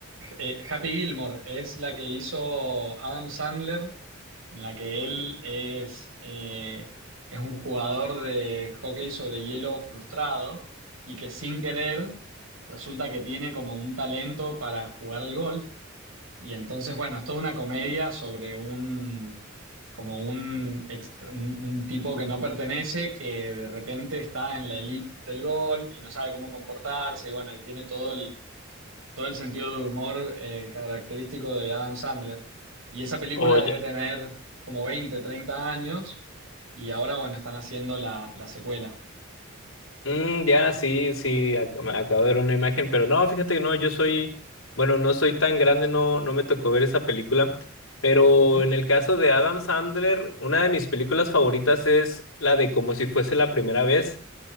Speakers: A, on the right; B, on the left.
A: Eh, Happy Gilmore es la que hizo Adam Sandler, en la que él es, eh, es un jugador de hockey sobre hielo frustrado y que sin querer resulta que tiene como un talento para jugar al golf. Y entonces, bueno, es toda una comedia sobre un, como un, ex- un, un tipo que no pertenece, que de repente está en la elite del golf y no sabe cómo comportarse, y bueno, y tiene todo todo el sentido de humor eh, característico de Adam Sandler. Y esa película
B: Oye.
A: debe tener como 20 30 años y ahora, bueno, están haciendo la, la secuela.
B: Mm, ya, sí, sí, ac- me acabo de ver una imagen, pero no, fíjate que no, yo soy, bueno, no soy tan grande, no, no me tocó ver esa película, pero
A: Ujú.
B: en el caso de Adam Sandler, una de mis películas favoritas es la de Como si fuese la primera vez.